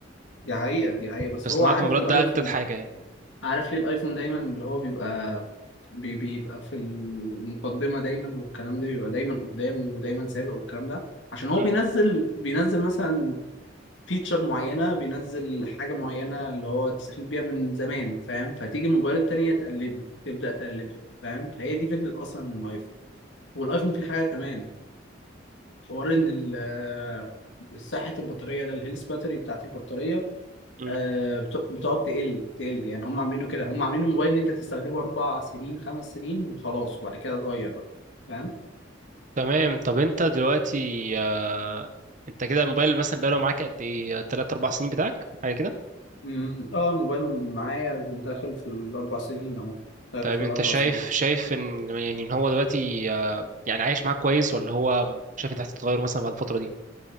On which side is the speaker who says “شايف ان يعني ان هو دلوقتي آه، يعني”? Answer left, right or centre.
Right